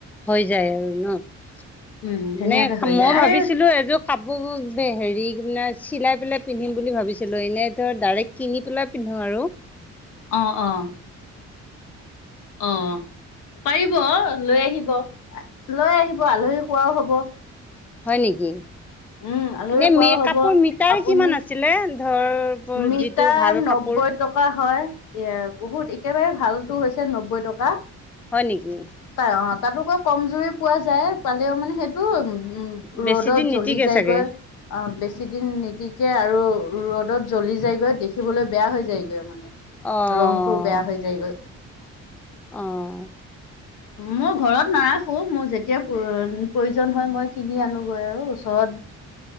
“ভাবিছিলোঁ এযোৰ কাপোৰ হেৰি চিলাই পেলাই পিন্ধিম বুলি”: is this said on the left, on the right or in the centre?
Centre